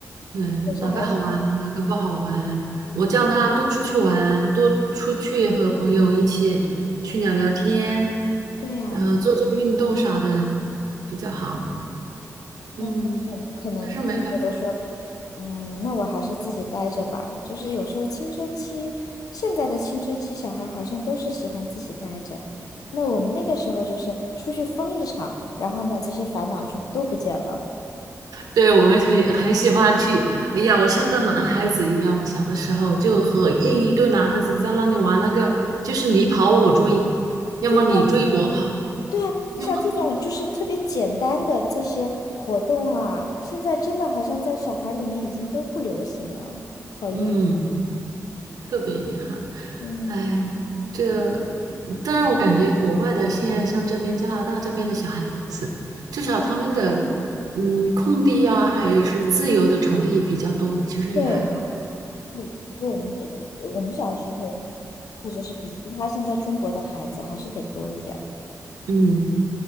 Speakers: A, on the right; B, on the left.
A: 对，
B: 确实还是，
A: 哪个好玩，哪个不好玩。我叫他多出去玩，多出去和朋友一起去聊聊天，
B: 对呀、
A: 然后做做运动啥的比较好。
B: 那他们可可能就会觉得说，
A: 嗯。可是没办法，
B: 嗯，那我还是自己待着吧。就是有时候青春期，现在的青春期小孩儿好像都是喜欢自己待着。那我们那个时候就是出去疯一场，然后呢，这些烦恼就都不见了。
A: 对，我们很很喜欢去。哎呀，我像个男孩子一样，我小的时候就和一堆男孩子在那里玩那个，就是你跑我追，要么你追我跑，
B: 对对啊，你想这种就是特别简单的这些活动啊，
A: 要么
B: 现在真的好像在小孩儿里面已经都不流行了，好遗憾。
A: 嗯，特别遗憾。
B: 嗯，
A: 哎，这，但是我感觉国外的现在像这边加拿大这边的小孩，至少他们的嗯空地啊，还有是自由的场地比较多，其实也还好。
B: 对。因为我们这我们小时候，或者是比其他现在中国的孩子还是得多一点儿。
A: 嗯，